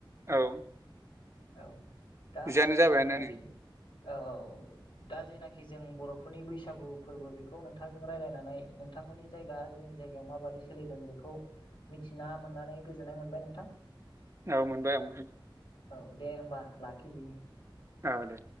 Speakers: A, on the right (about 30°); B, on the left (about 70°).
A: औ
B: औ दा हमबा
A: बिदियानो
B: जों
A: जाबायानो
B: जेनाखि
A: नै
B: औ औ दा जेनाखि आरोखि जों बर'फोरनि बैसागु फोरबो बेखौ नोंथांजों रायलायनानै नोंथांमोननि जायगा जोंनि जायगायाव माबादि सोलिदों बेखौ मिथिना मोननानै गोजोननाय मोनबाय नोंथां
A: औ मोनबाय ओमफ्राय
B: औ दे होमबा लाखिदिनि
A: औ दे